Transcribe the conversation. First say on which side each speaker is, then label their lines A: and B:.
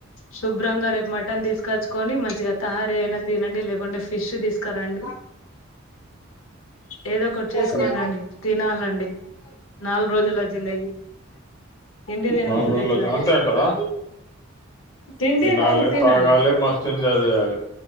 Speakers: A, on the left; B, on the left.
A: శుభ్రంగా రేపు మటన్ తీసుకొచ్చుకొని మంచిగా తయారీ అయినా తినఅండి లేకుంటే ఫిష్ తీసుకురా అండి ఏదో ఒకటి
B: వసే
A: చేసుకోన అండి తినాల అండి నాలుగు రోజుల జిందగి తిండి తినకుండా
B: నాలుగు
A: ఎట్లా
B: రోజులు అంతే అంటారా
A: తిండి
B: తినాలే
A: కాదు తినాలి
B: తాగాలే మస్త్ ఎంజాయ్ చేయాలే